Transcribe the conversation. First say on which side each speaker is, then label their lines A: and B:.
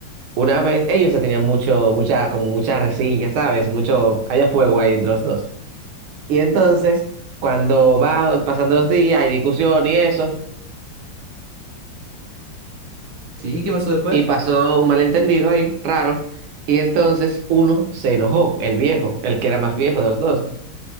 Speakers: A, on the right; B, on the right.
A: Una vez, ellos se tenían mucho, mucha, como mucha reseña, ¿sabes? Mucho, había fuego ahí entre los dos. Y entonces, cuando va pasando los días, hay discusión y eso.
B: ¿Sí? ¿Qué pasó después?
A: Y pasó un malentendido ahí, raro. Y entonces uno se enojó, el viejo, el que era más viejo de los dos.